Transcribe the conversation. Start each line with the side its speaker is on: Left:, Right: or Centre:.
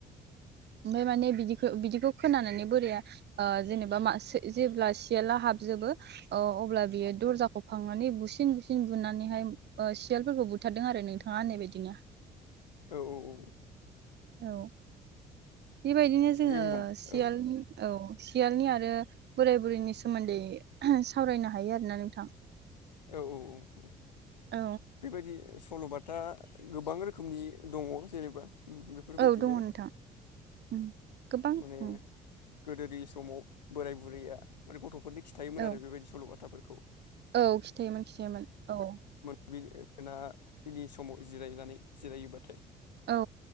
Right: ओमाय माने बिदिखौ बिदिखौ खोनानानै बोरया ओ जेनेबा म जेब्ला सियाला हाबजोबो अब्ला बियो दरजाखौ फांनानै बुसिन बुसिन बुनानैहाय ओ सियालफोरखौ बुथारदों आरो नोंथाङा होन्नाय बायदिनो
Left: औ औ
Right: औ। बेबायदिनो जोङो
Left: दे होमबा
Right: सियालनि
Left: औ
Right: औ सियालनि आरो बोराय बुरैनि सोमोन्दै सावरायनो हायो आरोना नोंथां
Left: औ औ औ।
Right: औ
Left: बेबायदि सल'बाथा गोबां रो खोमनि दङ जेनेबा बेफोरबायदिनो
Right: औ दङ नोंथां उम गोबां
Left: माने
Right: उम
Left: गोदोनि समाव बोराय बुरैया ओरै गथ'फोरनि खिथायोमोन
Right: औ।
Left: आरो बेबायदि सल' थाफोरखौ
Right: औ खिथायोमोन खिथायोमोन औ।
Left: <unintelligible> बिलि समाव जिरायनानै जिरायोबा
Right: औ